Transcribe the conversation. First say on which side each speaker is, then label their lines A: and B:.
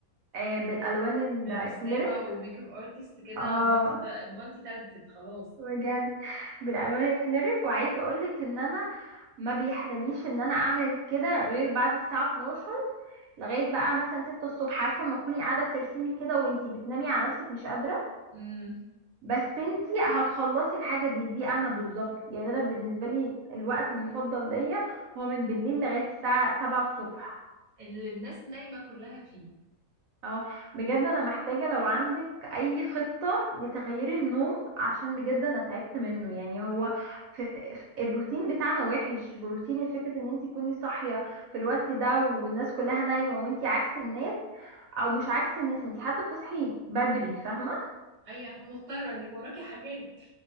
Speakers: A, on the right; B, on the right.
A: آه بالالوان الاكليريك
B: من رسامه وميك اب ارتست كده
A: اه
B: مالتي تا... مالتي تالنتد خلاص
A: بجد بالالوان الاكليريك وعايزه اقولك ان انا ما بيحلليش ان انا اعمل كده غير بعد الساعه 12 لغايه بقى مثلا 6 الصبح عارفه اما تكوني قاعده بترسمي كده وانتي بتنامي على نفسك مش قادره
B: امم
A: بس انتي هتخلصي الحاجة دي دي انا بالظبط يعني انا بالنسبة لي الوقت المفضل ليا هو من بالليل لغاية الساعة سبعة الصبح
B: اللي الناس نايمه كلها فيه
A: اه بجد انا محتاجة لو عندك اي خطة لتغيير النوم عشان بجد انا تعبت منه يعني هو في في- الروتين بتاعنا وحش بروتين الفكرة ان انتي تكوني صاحية في الوقت ده والناس كلها نايمة وانتي عكس الناس او مش عكس الناس انتي حتى بتصحي بدري فاهمة
B: ايوه عشان مضطره انك وراكي حاجات